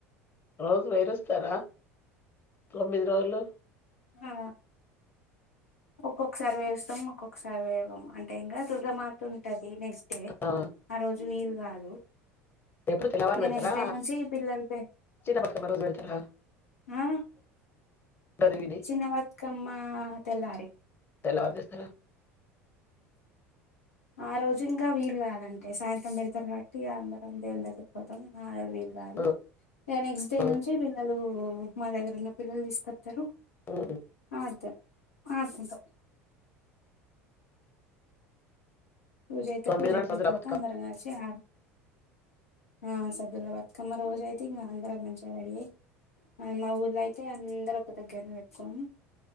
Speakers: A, on the left; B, on the left.
A: రాజు వైరస్ త్తర తొమ్మిది రోజులు
B: ఆ ఒక్కొక్కసారి వేస్తాం ఒక్కొక్కసారి వేయం అంటే ఇంకా దుర్గామాత ఉంటది నెక్స్ట్ డే
A: ఆ
B: ఆ రోజు వీలు కాదు
A: ఎప్పుడు తెల్లవారు
B: ఇక
A: పెడతారా
B: నెక్స్ట్ డే నుంచి పిల్లలు
A: చిన్న బతుకమ్మ రోజు పెడతారా
B: ఆ
A: దుర్గాదేవిని
B: చిన్న బతుకమ్మ తెల్లారి
A: తెల్లారి తేస్తారా
B: ఆ రోజు ఇంకా వీలు కాదంటే సాయంత్రం పెడతారుబట్టి అందరం దేవుని దగ్గరికి పోతాం ఆడది కాదు
A: ఆ
B: ఇకా నెక్స్ట్ డే
A: ఆ.
B: నుంచి పిల్లలు ఓ మా దగ్గరన్న పిల్లలు తీకోస్త తారు
A: హ్మ్.
B: ఆడతారు అడుకుంటాం పూజ అయితే
A: తొమ్మిది
B: పూజ
A: నాడు
B: అయిపోయిన
A: సందులో
B: తర్వాత
A: బతుకమ్మ
B: అందరంగాలిసి ఆ మ్ సద్దుల బతుకమ్మ రోజు అయితే ఇంకా అందరూ మంచిగా రెడీ అయ్యి, మా ఊర్లో అయితే అందర ఒక దగ్గర పెట్టుకోము